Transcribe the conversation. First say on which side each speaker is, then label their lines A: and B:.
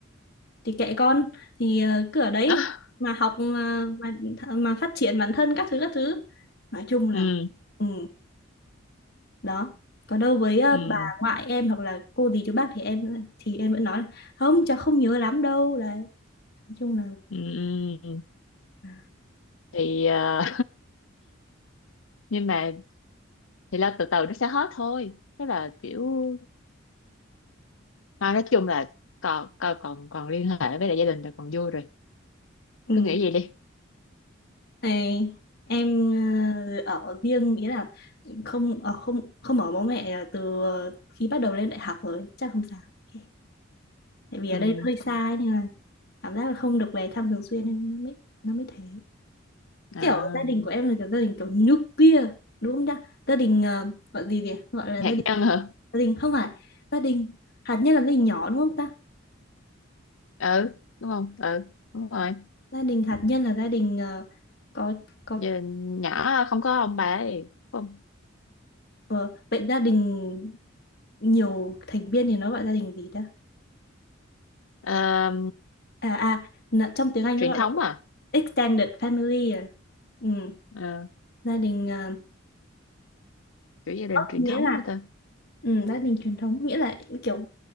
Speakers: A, on the left (about 55°); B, on the left (about 75°).
A: thì kệ con thì ờ, cứ ở đấy
B: <laughs>
A: mà học mà mà mà phát triển bản thân các thứ các thứ nói chung là
B: ừ
A: ừ, đó còn đâu với ờ,
B: ừ
A: bà ngoại em hoặc là cô dì chú bác thì em thì em vẫn nói là không cháu không nhớ lắm đâu đấy nói chung là
B: ừ ừ.
A: à,
B: thì à, nhưng mà thì lo từ từ nó sẽ hết thôi tức là kiểu mà nói chung là còn còn còn, còn liên hệ với lại gia đình là còn vui rồi
A: ừ.
B: cứ nghĩ vậy đi
A: Này, em ờ, ở riêng nghĩa là không ở không không ở bố mẹ ờ, từ ờ, khi bắt đầu lên đại học rồi chắc không sao Ok. tại vì
B: ừ
A: ở đây nó hơi xa ấy, nên là cảm giác là không được về thăm thường xuyên nên nó mới nó mới thế
B: à,
A: kiểu gia đình của em là kiểu gia đình kiểu nuclear đúng không ta gia đình ờ, gọi gì vậy gọi là
B: hạt
A: gia đình
B: nhân hả
A: gia đình không phải gia đình hạt nhân là gia đình nhỏ đúng không ta
B: ừ đúng không ừ đúng rồi
A: gia đình hạt nhân là gia đình ờ, có có
B: Giờ nhỏ không có ông bà ấy không
A: ờ, vậy gia đình nhiều thành viên thì nó gọi gia đình gì ta
B: à,
A: à à nợ- trong tiếng Anh
B: truyền
A: nó gọi
B: thống
A: là
B: à
A: extended family à ừ,
B: Ờ,
A: gia đình à,
B: kiểu gia đình truyền
A: nghĩa
B: thống
A: là
B: mà ta
A: ừ, gia đình truyền thống nghĩa là kiểu